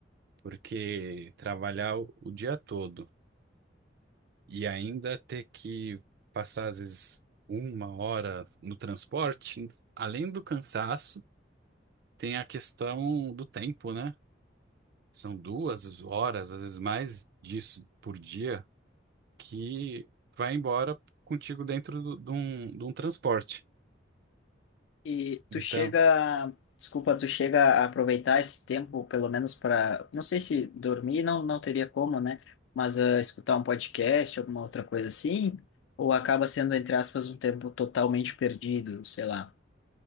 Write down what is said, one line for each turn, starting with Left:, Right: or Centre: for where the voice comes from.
Right: Porque trabalhar o, o dia todo e ainda ter que passar, às vezes, uma hora no transporte, além do cansaço, tem a questão do tempo, né? São duas horas, às vezes mais disso por dia, que vai embora contigo dentro do- de um, de um transporte.
Left: e tu
Right: Então,
Left: chega, desculpa, tu chega a aproveitar esse tempo, pelo menos para, não sei se dormir não, não teria como, né? Mas ah, escutar um podcast, alguma outra coisa assim, ou acaba sendo, entre aspas, um tempo totalmente perdido, sei lá.